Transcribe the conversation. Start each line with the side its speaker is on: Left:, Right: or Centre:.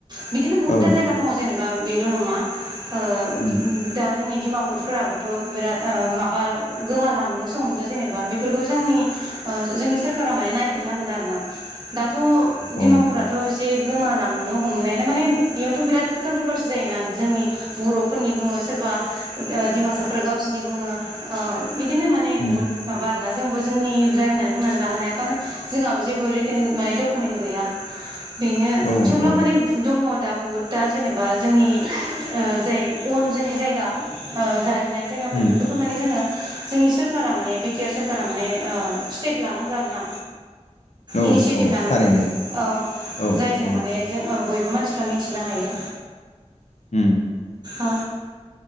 Right: बिदिनो बहुतता
Left: औ
Right: जायगा दङ जेनेबा बेल' नङा ओ
Left: उम
Right: दा जोंनि डिमापुफोराबोथ' बिराद ओ माबा गोमालांनोसो हमदो जेनेबा बेफोरखौबो जोंनि ओ जोंनि सोरखारा माय नायफिननांगोन आरोना दाथ' डिमापुरथ'
Left: औ
Right: एसे गोमालांनो हमनायानो माने इयावथ' बिराद कन्ट्रभारसि जायोना जोंनि बर'फोरनि बुङो सोरबा ओ डिमासाफ्रा गावसोरनि बुङो ओ बिदिनो माने
Left: उम
Right: बहुत माबा नोना जोंबो जोंनिद्राय होननानै बुंनानै लानो हाया कारन जोंहाबो जेबो रि होननाय डकुमेन्ट गैया बिनो
Left: औ
Right: थेवब्लाबो
Left: औ
Right: माने दङ दा बहुतता जेनेबा जोंनि ओ जाय अन जों जायगा ओ जाय लुनाय जायगाफोर
Left: उम
Right: बेफोरखौ माने जोङो जोंनि सोरखारा माने बि टि आर सोरखारा माने स्टेप लानांगो आरोना
Left: औ
Right: इनिसियेटिभ
Left: औ
Right: लानांगो
Left: थारैनो
Right: औ
Left: औ
Right: जायजों
Left: औ
Right: माने जों औ बयबो मानसिफ्रा मिथिनो हायो
Left: होम
Right: अ